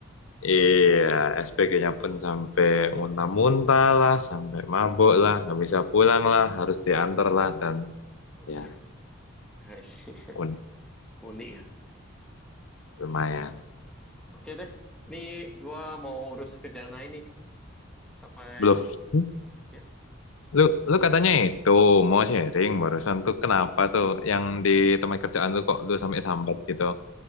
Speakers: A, on the left; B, in the centre.
A: Iya, SPG-nya pun sampai muntah-muntah lah, sampai mabuk lah, nggak bisa pulang lah, harus diantar lah, dan
B: Oh
A: ya
B: iya, <laughs> I see.
A: pun
B: unik ya.
A: lumayan.
B: Nah, Oke deh, ini gua mau urus kerjaan lain nih. Sampai
A: Belum, Hmm?
B: ya,
A: lu, lu katanya itu mau sharing barusan tuh kenapa tuh yang di tempat kerjaan
B: ya.
A: lu kok lu sampai sambat gitu?